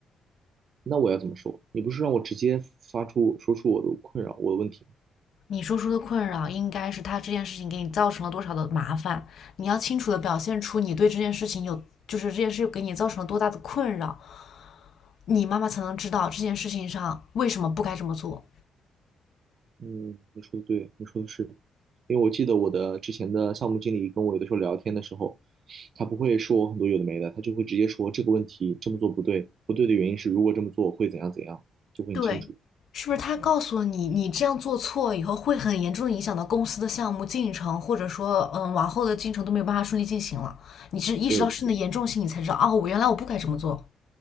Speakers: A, on the right; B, on the left.
A: 那我要怎么说？你不是让我直接发出说出我的困扰，我的问题吗？
B: 你说出的困扰应该是他这件事情给你造成了多少的麻烦，你要清楚的表现出你对这件事情有，就是这件事给你造成了多大的困扰，你妈妈才能知道这件事情上为什么不该这么做。
A: 嗯，你说的对，你说的是，因为我记得我的之前的项目经理跟我有的时候聊天的时候，他不会说很多有的没的，他就会直接说这个问题这么做不对，不对的原因是如果这么做会怎样怎样，就会很清楚。
B: 对，是不是他告诉你，你这样做错以后会很严重的影响到公司的项目进程，或者说，嗯，往后的进程都没有办法顺利进行了。你是意识到事情的严重性，
A: 对，
B: 你才知道，哦，我原来我不该这么做。